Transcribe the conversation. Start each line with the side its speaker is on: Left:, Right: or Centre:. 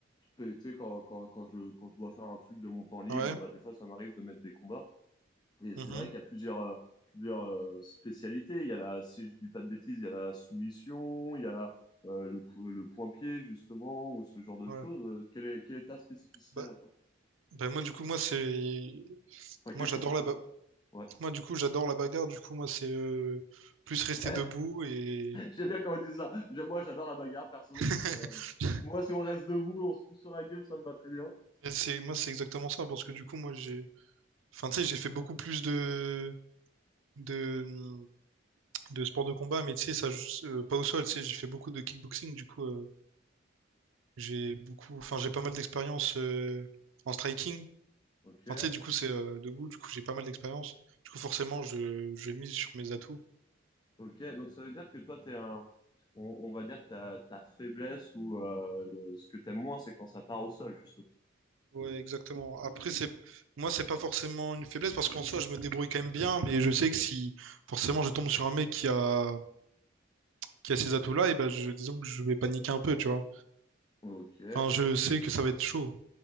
Left: Tu sais, quand, quand, quand je, quand je dois faire un truc de mon temps libre,
Right: ouais,
Left: et bah, des fois, ça m'arrive de mettre des combats. Et
Right: mhm,
Left: c'est vrai qu'il y a plusieurs, euh, plusieurs euh, spécialités. Il y a la, si je dis pas de bêtises, il y a la soumission, il y a euh, le, po- le point-pied, justement, ou ce genre de
Right: ouais.
Left: choses. Euh, Quelle est, quelle est ta spécificité
Right: Bah,
Left: là, toi
Right: bah, moi, du coup, moi, c'est.
Left: Enfin,
Right: Moi,
Left: qu'est-ce
Right: j'adore
Left: que tu préfères?
Right: la ba...
Left: Ouais.
Right: Moi, du coup, j'adore la bagarre. Du coup, moi, c'est euh, plus
Left: <laughs>
Right: rester debout et.
Left: J'aime bien quand on dit ça. J'aime- Moi, j'adore la bagarre, perso.
Right: <laughs>
Left: Euh, moi, si on reste debout, on se fout sur la gueule, ça me va très bien.
Right: Et C'est, moi, c'est exactement ça, parce que du coup, moi, j'ai, enfin, tu sais, j'ai fait beaucoup plus de, de, de sports de combat, mais tu sais, ça, je- euh, pas au sol, tu sais, j'ai fait beaucoup de kickboxing, du coup, euh, j'ai beaucoup, enfin, j'ai pas mal d'expérience euh, en striking.
Left: Ok,
Right: Enfin, tu sais, du coup, c'est euh, debout, du coup, j'ai pas mal d'expérience. Du coup, forcément, je, je mise sur mes atouts.
Left: ok. Donc, ça veut dire que toi, t'es un... on, on va dire que ta, ta faiblesse ou euh, le- ce que t'aimes moins, c'est quand ça part au sol, justement.
Right: Ouais, exactement. Après, c'est, moi, c'est pas forcément une faiblesse, parce qu'en soi, je me débrouille quand même bien, mais je sais que si, forcément, je tombe sur un mec qui a, qui a ces atouts-là, et ben, je, disons que je vais paniquer un peu, tu vois.
Left: Ok,
Right: Enfin, je sais que ça va être chaud.